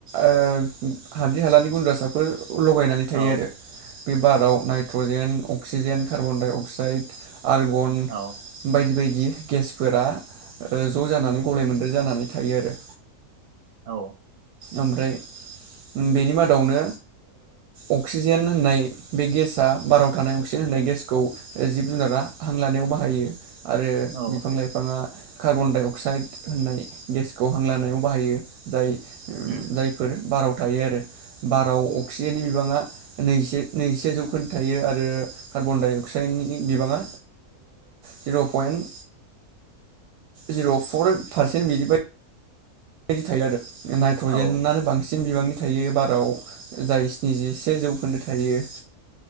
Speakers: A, on the right; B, on the right.
A: ओ हाद्रि हालानि गुन्द्रासाफोर लगायनानै थायो
B: औ
A: आरो बे बाराव nitrogen, oxygen, carbon dioxide, argon
B: औ
A: बायदि बायदि। <inaudible> गेसफोरा ओ ज' जानानै गलाय मोन्द्रेर जानानै थायो आरो।
B: औ।
A: ओमफ्राय बेनि मादावनो ओ अक्सिजेन होननाय बे गेसाआ बाराव थानाय अक्सिजेन होननाय गेसखौ जिब जुनारा हां लानायाव बाहायो। आरो
B: औ
A: बिफां लाइफाङा कार्बन डाइ अक्साइद होननाय गेसखौ हां लानायाव बाहायो। जाय
B: उम
A: जायफोर बारायाव थायो आरो। बाराव अक्सिजेननि बिबाङा नैजिसे नैजिसे जौखोन्दो थायो आरो कार्बन डाइ अक्साइडनि बिबाङा जिर' पइन्ट जिर' फर पारसेन्ट बिनिफाय बेबायदि थायो आरो। नाइट्रजेनानो
B: औ
A: बांसि न बिबांनि थायो बाराव जाय स्निजिसे जौखोन्दो थायो।